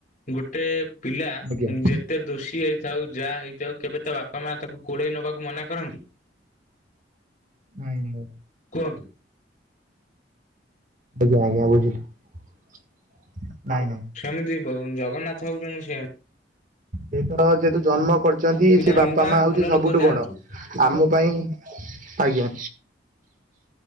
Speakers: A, on the left; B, on the right.
A: ଗୋଟେ ପିଲା
B: ଆଜ୍ଞା
A: ଯେତେ ଦୋଷୀ ହେଇ ଥାଉ ଯାହା ହେଇଥାଉ କେବେ ତା ବାପା ମା ତାକୁ କୋଳେଇ ନବାକୁ ମନା କରନ୍ତି?
B: <unintelligible>
A: କୁହନ୍ତୁ।
B: ଆଜ୍ଞା ଆଜ୍ଞା ବୁଝିଲି, ନାଇଁ ନାଇଁ।
A: ସେମିତି ଜଗନ୍ନାଥ ହଉଛନ୍ତି ସେମ୍।
B: ସେ ତ ଯେହେତୁ ଜନ୍ମ କରିଛନ୍ତି ସେ
A: କିମ୍ବା
B: ବାପା ମା
A: ଭଲ
B: ହଉଛି
A: ଲୋକ
B: ସବୁଠୁ
A: ଯାଆନ୍ତୁ
B: ବଡ଼। ଆମ ପାଇଁ ଆଜ୍ଞା।